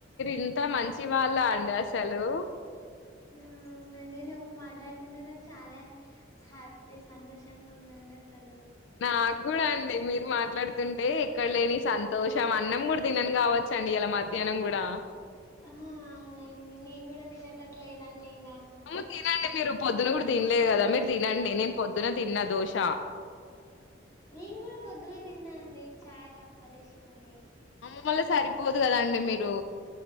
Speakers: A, on the left; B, on the left.
A: ఇంత మంచి వాళ్ళ అండి అసలు
B: మ్ అవునండి నువ్వు మాట్లాడుతుంటే నాకు చాలా హ్యాపీ సంతోషంగా ఉందండి అసలు
A: నాకు కూడా అండి మీరు మాట్లాడుతుంటే ఎక్కడ లేని సంతోషం అన్నం కూడా తినన్ గావచ్చు చండ ఇయళ మధ్యాహ్నం కూడా
B: ఆహా అవునండి నేను కూడా తినేటట్టు లేనండి ఇంగ
A: అమ్మ తినండి మీరు పొద్దున్న కూడా తినలేదు కదా మీరు తినండి నేను పొద్దు న్న తిన్న దోష
B: నేను కూడా పొద్దున తిన్నా అండి చాయల అప్పలేసుకొని
A: అమ్మ మళ్ళ సరిపోదు కదండి మీరు